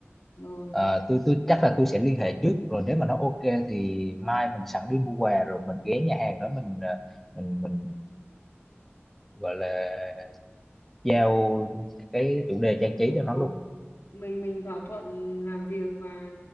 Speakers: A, on the left (about 55°); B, in the centre.
A: rồi
B: à, tôi tôi chắc là tôi sẽ liên hệ trước rồi nếu mà nó ok thì mai mình sẵn đi mua quà rồi mình ghé nhà hàng đó mình à, mình mình gọi là giao cái chủ đề trang trí
A: đúng
B: cho nó
A: rồi
B: luôn
A: mình mình thỏa thuận làm việc và